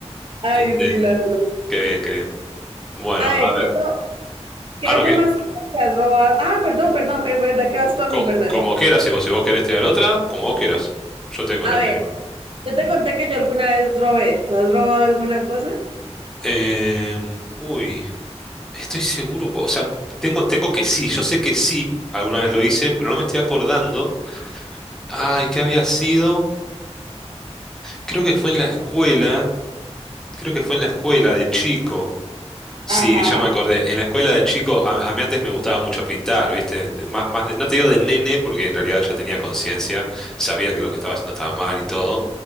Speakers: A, on the right; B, in the centre.
A: Ay,
B: Este,
A: sí, la verdad.
B: qué bien, qué bien. Bueno,
A: A ver,
B: a ver.
A: ¿qué es lo, qué
B: Ah, no,
A: es lo
B: que,
A: más caro que has robado? Ah, perdón, perdón, es verdad que vas tú a
B: co-
A: mí, perdón.
B: como,
A: <laughs>
B: quieras, si vos, si vos querés tirar otra, como vos quieras. Yo tengo
A: A
B: también
A: ver,
B: igual.
A: yo te
B: Ujú.
A: conté que yo alguna vez robé. ¿Tú has robado alguna cosa?
B: Em, uy, estoy seguro, po- o sea, tengo, tengo que sí, yo sé que sí, alguna vez lo hice, pero no me estoy acordando. Ay, ¿qué había sido? Creo que fue en la escuela, creo que fue en la escuela de chico. Sí,
A: Ajá,
B: ya me acordé. En la escuela de chico, a, a mí antes me gustaba mucho pintar, ¿viste? De- más, más de- no te digo de nene, porque en realidad ya tenía conciencia, sabía que lo que estaba haciendo estaba mal y todo.